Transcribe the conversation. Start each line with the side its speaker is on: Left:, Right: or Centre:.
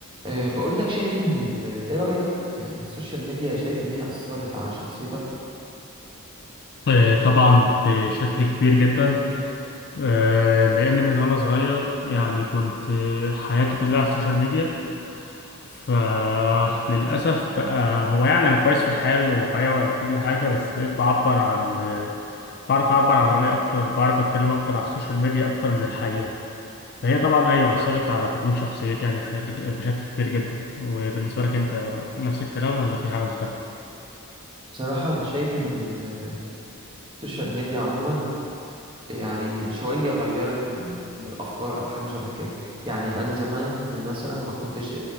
Right: أه بقول لك شايف ان ال... ايه رأيك يعني السوشيال ميديا شايف ان هي أثرت على شخصيتك
Left: آه، طبعا بشكل كبير جدا آه، لان من وانا صغير يعني كنت آه، حياتي كلها على السوشيال ميديا فللاسف بقى هو يعني انا كويس في الحياه الواقعيه وكل حاجه بس بقيت بعبر عن آه، بعرف اعبر عن رايي اكتر بعرف اتكلم اكتر على السوشيال ميديا اكتر من الحقيقه فهي طبعا ايوه اثرت على تكوين شخصيتي يعني بشكل بشكل كبير جدا وبالنسبه لك انت نفس الكلام ولا في حاجه مختلفه
Right: بصراحة انا شايف ان ال- السوشيال ميديا عموما يعني شوية غيرت من من الأفكار أو حاجة شبه كده يعني أنا زمان مثلا ما كنتش